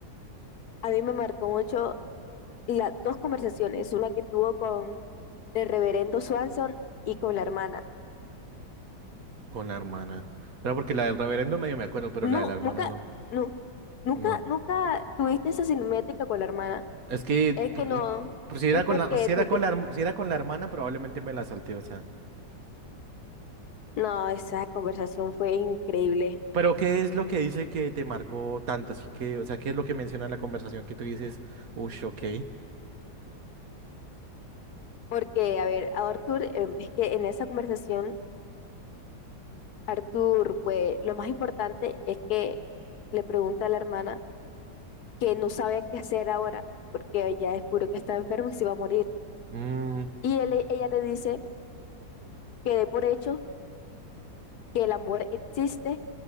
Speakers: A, on the left; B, on the right.
A: A mí me marcó mucho las dos conversaciones, una que tuvo con el reverendo Swanson y con la hermana.
B: Con la hermana. Pero porque la del reverendo medio me acuerdo, pero
A: No,
B: la de la hermana
A: nunca,
B: no.
A: no, nunca,
B: No.
A: nunca tuviste esa cinemática con la hermana.
B: Es que
A: Es
B: pr-
A: que no,
B: pr- si era
A: es
B: con
A: porque
B: la, si
A: tú
B: era
A: te...
B: con la, herm- si era con la hermana, probablemente me la salté, o sea.
A: No, esa conversación fue increíble.
B: Pero ¿qué es lo que dice que te marcó tanto? Así que, o sea, ¿qué es lo que menciona en la conversación que tú dices, ush, ok,
A: Porque, a ver, a Arthur, eh, es que en esa conversación Arthur, pues lo más importante es que le pregunta a la hermana que no sabe qué hacer ahora, porque ella descubrió que está enfermo y se va a morir.
B: mm,
A: Y él- ella le dice que dé por hecho que el amor existe